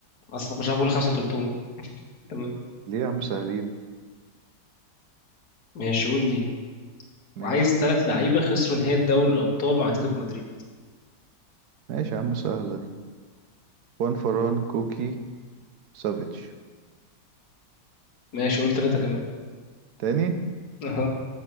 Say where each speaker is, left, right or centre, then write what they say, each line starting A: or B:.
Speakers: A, on the left; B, on the right.
A: اصلا ما كنتش عارف اقول خمسه انت قلتهم <laughs> تمام
B: ليه يا عم سهلين
A: ماشي قول دي
B: ماشي
A: وعايز ثلاث لعيبه خسروا نهائي دوري الابطال مع اتلتيكو مدريد
B: ماشي يا عم سهلة دي وان فران كوكي سافيتش
A: ماشي قول ثلاثه كمان
B: تاني
A: اها